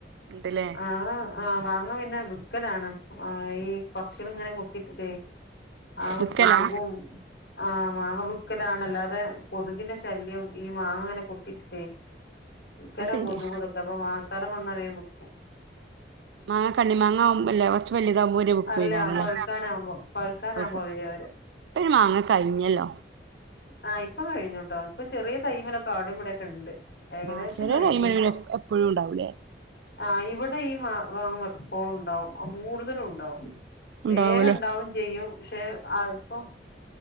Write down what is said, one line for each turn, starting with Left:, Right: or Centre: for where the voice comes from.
Right: ഇണ്ട്ല്ലേ
Left: ആഹ്. ആഹ് വാങ്ങ പിന്നെ വിക്കലാണ് ഈ പക്ഷ്യേള്ങ്ങനെ കൊത്തിട്ടിട്ടേയ് ആക
Right: വിക്കലാ
Left: കൊത്കും ആഹ് മാങ്ങ വിക്കലാണല്ലാതെ കൊത്കിന്റെ ശല്ല്യം ഈ മാങ്ങങ്ങനെ കൊത്തിട്ട്ട്ടേ ഭക്കരെ
Right: അത് ശരിയാ
Left: കൊതുകൂതൊ പ്പ പ്പ മാങ്ങക്കാലം വന്ന വേം വിക്കും.
Right: മാങ്ങ കണ്ണി മാങ്ങാവ്മ്പല്ലോ ച്ച് വെല്താമ്പോര് വിക്കു
Left: അല്ല
Right: എല്ലാരല്ലെ
Left: പഴുക്കാനാവുമ്പോ പഴുക്കാനാവുമ്പോ
Right: ഓക്കെ.
Left: വരും അവര്
Right: ഒര് മാങ്ങ കഴിഞ്ഞല്ലോ
Left: ആഹ് ഇപ്പം കഴിഞ്ഞുട്ടോ ഇപ്പോ ചെറിയ തൈമെലൊക്കെ അവിടിം ഇവിട്യൊക്കെണ്ട്. ഏകദേശം
Right: ആഹ് ചെറിയ
Left: കഴിഞ്ഞിപ്പോ.
Right: കൈമല് പിന്നെ എപ്പഴും ഉണ്ടാവൂലേ
Left: ആഹ് ഇവിടെ ഈ മാ മാങ്ങ എപ്പോഴുണ്ടാവും കൂടുതലൂണ്ടാവും.
Right: ഉണ്ടാവൂലേ
Left: വേഗണ്ടാവും ചെയ്യും പക്ഷെ അയ്പ്പോ